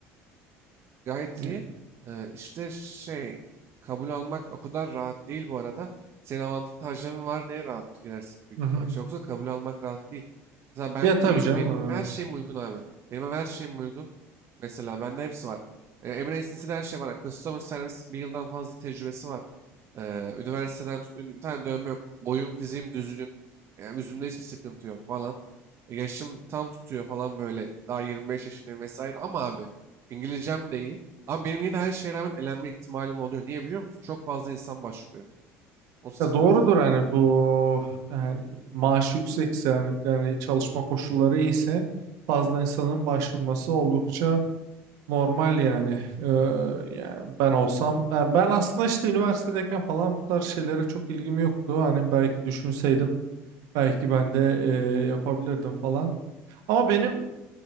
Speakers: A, on the right; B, on the right.
A: Gayet
B: Yani.
A: iyi. Ee, işte şey kabul almak o kadar rahat değil bu arada. Senin avantajların var diye rahat girersin büyük
B: Hı hı.
A: ihtimal. Şey Yoksa kabul almak rahat değil. Mesela ben
B: Ya tabii
A: diyeyim
B: canım.
A: benim her
B: e,
A: şeyim uygun abi. Benim her şeyim uygun. Mesela bende hepsi var. Ee, Emirates'in her şey var. Customer service bir yıldan fazla tecrübesi var. Ee, üniversiteden tut, bir tane dövme yok. Boyum fiziğim düzgün. Yani yüzümde hiçbir sıkıntı yok falan. E, yaşım tam tutuyor falan böyle. Daha 25 yaşındayım vesaire. Ama abi İngilizcem de iyi. Ama benim yine de her şeye rağmen elenme ihtimalim oluyor. Niye biliyor musun? Çok fazla insan başvuruyor. O sıkıntı.
B: Ya doğrudur hani bu yani maaş yüksekse yani, yani çalışma koşulları iyiyse fazla insanın başvurması oldukça normal yani. Ee, yani ben olsam yani ben aslında işte üniversitedeyken falan bu tarz şeylere çok ilgim yoktu. Hani belki düşünseydim belki ben de e, yapabilirdim falan. Ama benim